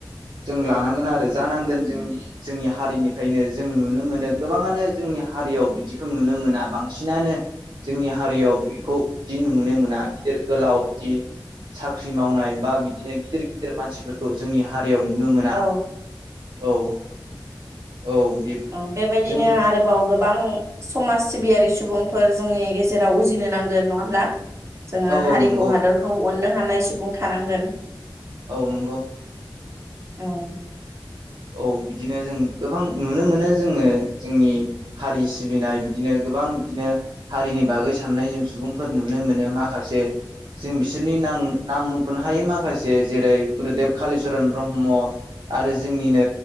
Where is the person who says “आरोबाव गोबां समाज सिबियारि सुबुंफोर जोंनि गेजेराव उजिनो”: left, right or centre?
Right